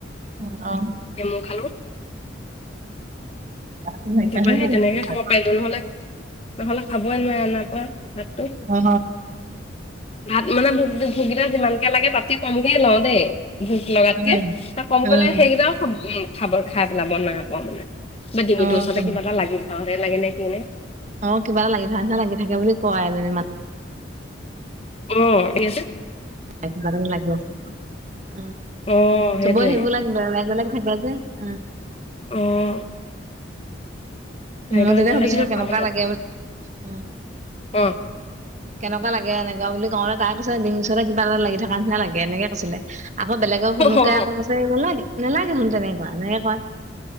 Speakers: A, on the right; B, on the left.
A: উম, অ
B: নেমু খালোঁ
A: গাটো নাইকিয়া
B: তাপা
A: হৈ
B: সেই
A: যাব
B: তেনেকে
A: তেতিয়া।
B: খাব পাৰিলো নহলে নহ'লে খাবই নোৱাৰ নাই পোৱা ভাতটো
A: অ
B: ভাত মানে ভোগ ভোগ কেইটা যিমানকে লাগে তাতকে কমকে লওঁ দেই ভোক লগাতকে
A: উম,
B: ত কমকলে
A: উম,
B: সেইকেইটাও খাব উ খাব খাই পেলাব নাইপোৱা মানে কিবা ডিঙিটোৰ
A: অ',
B: ওচৰতে
A: একদম
B: কিবা এটা লাগি ধৰতে লাগে নে কি নে
A: অ কিবা এটা লাগি ধৰা নিচিনা লাগি থাকে বুলি কয় এজনী মান
B: উম কি আছে
A: কিবা এটা যে লাগি আছে অহ
B: অ সেইটোয়ে
A: চবৰে সেইবিলাক বেলেগ বেলেগ থাকে যে উম'
B: উম' নাইত
A: মই তেতিয়া
B: আঞ্জা
A: সুধিছিলো
B: লাগিল
A: কেনেকুৱা
B: খাব
A: লাগে বুলি উম,
B: <unintelligible> অ
A: কেনেকুৱা লাগে এনেকুৱা বুলি কওঁতে তাই কৈছে ডিঙি ওচৰতে কিবা এটা লাগি থকাৰ নিচিনা লাগে এনেকে কৈছিলে আকৌ বেলেগক সুধোতে
B: অ
A: আকৌ কৈছে বোলে নেলাগে চোন তেনেকুৱা এনেকে কয়